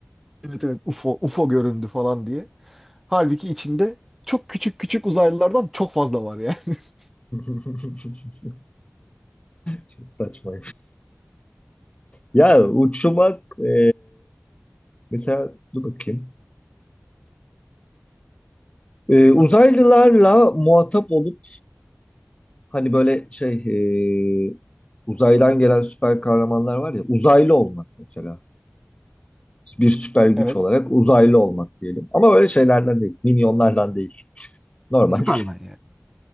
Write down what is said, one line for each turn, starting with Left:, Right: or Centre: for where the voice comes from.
Centre: evet evet UFO UFO göründü falan diye. Halbuki içinde çok küçük küçük uzaylılardan çok fazla var yani. <laughs>
Left: <laughs> Çok saçma Ya uçmak e, mesela dur bakayım. E, uzaylılarla muhatap olup hani böyle şey e, uzaydan gelen süper kahramanlar var ya uzaylı olmak mesela. Bir süper güç
Centre: Evet.
Left: olarak uzaylı olmak diyelim. Ama böyle şeylerden değil. Minyonlardan değil. Normal.
Centre: Süperman
Left: <laughs>
Centre: yani.